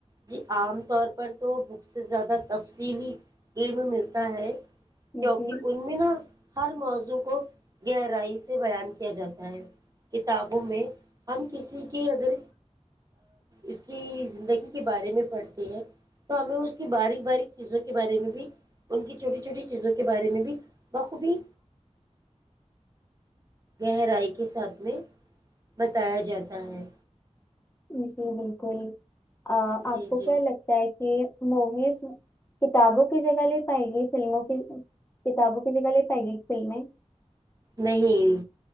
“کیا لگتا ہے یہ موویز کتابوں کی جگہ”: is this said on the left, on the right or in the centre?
Left